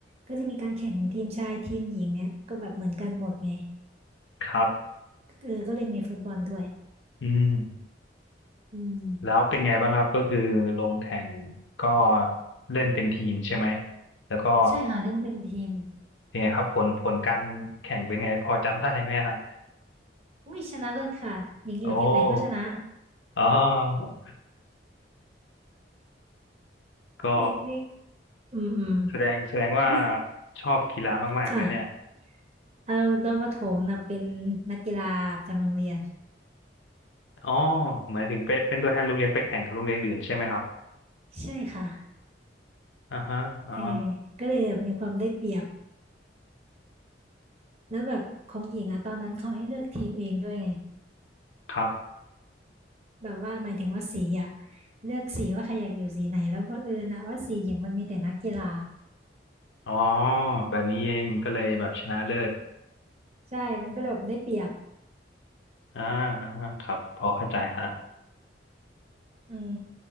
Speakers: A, on the right; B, on the left.
A: ก็จะมีการแข่งทีมชายทีมหญิงเนี่ยก็แบบเหมือนกันหมดไง
B: ครับ
A: เออก็เลยมีฟุตบอลด้วย
B: อืม
A: อืม
B: แล้วเป็นไงบ้างครับ ก็คือลงแข่งก็เล่นเป็นทีมใช่ไหม แล้วก็
A: ใช่ค่ะเล่นเป็นทีม
B: เป็นไงครับผลผลการแข่งเป็นไงพอจำได้ไหมฮะ
A: อุ้ยชนะเลิศค่ะหญิงอยู่ทีมไหนก็ชนะ
B: โอ้อ๋อก็
A: เอกเอกอืมอืม
B: แสดงแสดงว่า
A: วิ
B: ชอบกีฬามากๆนะเนี่ย
A: ค่ะเอาตอนประถมนะเป็นนักกีฬาประจำโรงเรียน
B: อ๋อหมายถึงเป็นเป็นตัวแทนโรงเรียนไปแข่งกับโรงเรียนอื่นใช่ไหมครับ
A: ใช่ค่ะ
B: อ่าฮะอ๋อ
A: เออก็เลยแบบมีความได้เปรียบแล้วแบบของหญิงอะตอนนั้นเขาให้เลือกทีมเองด้วยไง
B: ครับ
A: แบบว่าหมายถึงว่าสีอะเลือกสีว่าใครอยากอยู่สีไหนแล้วบังเอิญนะว่าสีหญิงมันมีแต่นักกีฬา
B: อ๋อแบบนี้เองก็เลยแบบชนะเลิศ
A: ใช่มันก็เลยแบบได้เปรียบ
B: อ่าอ่าครับพอเข้าใจฮะ
A: อืม